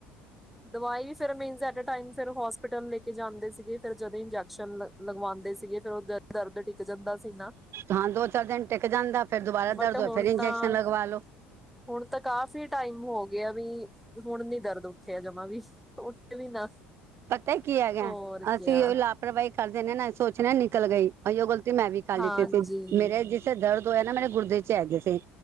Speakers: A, in the centre; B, on the right.
A: ਦਵਾਈ ਵੀ ਫਿਰ means at a time hospital ਲੈਕੇ ਜਾਂਦੇ ਸੀਗੇ ਫ ਜਦੋਂ। ਲਗਵਾਉਂਦੇ ਸੀਗੇ ਫੇਿਰ ਉਹ ਦਰਦ ਟਿਕ ਜਾਂਦਾ ਸੀ ਨਾ।
B: ਹਾਂ ਦੋ ਚਾਰ ਦਿਨ ਟਿੱਕ ਜਾਂਦਾ ਫੇਰ ਦੁਬਾਰਾ
A: ਬਟ
B: ਦਰਦ ਹੋਏ
A: ਹੁਣ
B: ਫੇਰ ਇੰਜੈਕਸ਼ਨ
A: ਤਾਂ
B: ਲਗਵਾ ਲੋ।
A: ਹੁਣ ਤਾਂ ਕਾਫ਼ੀ ਟਾਈਮ ਹੋ ਗਿਆ ਵੀ ਹੁਣ ਨੀ ਦਰਦ ਉੱਠਿਆ ਜਮਾਂ ਵੀ। ਉੱਠੇ ਵੀ ਨਾ।
B: ਪਤਾ ਹੀ ਕੀ ਹੈਗਾ
A: ਹੋਰ
B: ਅਸੀਂ
A: ਕਿਆ
B: ਉਹ ਲਾਪਰਵਾਹੀ ਕਰਦੇਿੰਦੇ ਹਾਂ ਨਾ ਅਸੀਂ ਸੋਚਣੇ ਹਾਂ ਨਿਕਲ ਗਈ ਅਸੀ ਉਹ ਗਲਤੀ ਮੈਂ ਵੀ। ਾਲੀ
A: ਹਾਂਜੀ
B: ਤੇ ਸੀ ਮੇਰੇ ਜਿਸ। ੇ ਦਰਦ ਹੋਇਆ ਨਾ ਮੇਰੇ ਗੁਰਦੇ ਚ ਹੈਗੇ ਸੀ